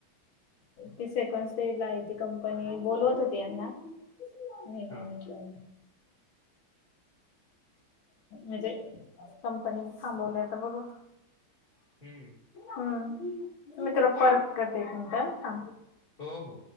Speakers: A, on the left; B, on the left.
A: ती सेकंड स्टेज ला आहे ती कंपनी बोलवत होती यांना. मी नाही
B: हां.
A: म्हटलं. मजे कंपनीने थांबवलंय तर बघू.
B: हं.
A: हम्म मी परत करते तूला एक मिनिट थांब
B: हो, हो.